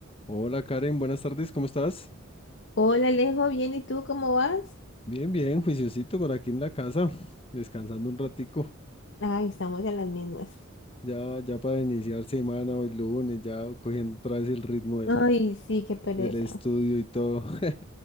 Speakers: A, on the left (about 30°); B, on the left (about 65°).
A: Hola Karen, buenas tardes, ¿cómo estás?
B: Hola Alejo, bien, ¿y tú cómo vas?
A: Bien, bien, juiciosito por aquí en la casa, descansando un ratico,
B: Ay, estamos en las mismas.
A: ya, ya para iniciar semana o el lunes, ya cogiendo otra vez el ritmo del,
B: Ay, sí, qué pereza.
A: del estudio y todo. <laughs>